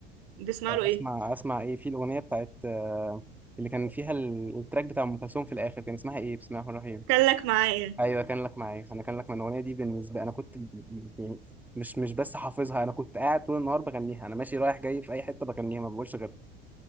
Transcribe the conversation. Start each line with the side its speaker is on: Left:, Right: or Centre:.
Right: بتسمع
Centre: اسمع
Right: له ايه
Centre: اسمع ايه في الاغنيه بتاعت آه، اللي كان فيها ال- التراك بتاع ام كلثوم في الاخر كان اسمها ايه بسم الله الرحمن الرحيم
Right: كلك معايا
Centre: ايوه كان لك معايا انا كان لك من الاغنيه دي بالنسبه انا كنت ب- يعني مش مش بس حافظها انا كنت قاعد طول النهار بغنيها انا ماشي رايح جاي في اي حته بغنيها ما بقولش غيرها